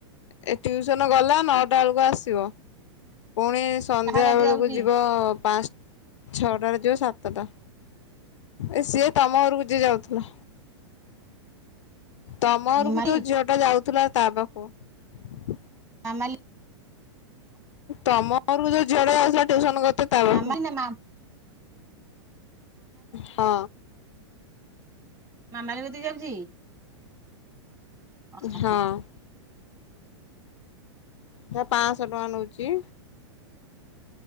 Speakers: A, on the left; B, on the right.
A: ଏ ଟିଉସନ ଗଲା ନଅଟା ବେଳକୁ ଆସିବ। ପୁଣି ସନ୍ଧ୍ୟା
B: କାହା କତିକି
A: ବେଳକୁ
B: ଯାଉଛି
A: ଯିବ ପାଞ୍ଚ ଛଅଟାରେ ଯିବ ସାତଟା ଏ ସିଏ ତମ ଘରକୁ ଯିଏ ଯାଉଥିଲା। ତମ
B: ମାମାଲି
A: ଘରକୁ ଯୋଉ ଝିଅ ଟା ଯାଉଥିଲା ତା ପାଖକୁ
B: ମାମାଲି
A: ତମ ଘରକୁ ଯୋଉ ଝିଅ ଟା ଯାଉଥିଲା ଟିଉସନ କରୁଥିଲା ତା ପାଖକୁ
B: ମାମାଲି ନା ମା
A: ହଁ।
B: ମାମାଲି କତିକି ଯାଉଛି ଓ
A: ହଁ।
B: ହୋ।
A: ସେ ପାଁଶହ ଟଙ୍କା ନଉଛି।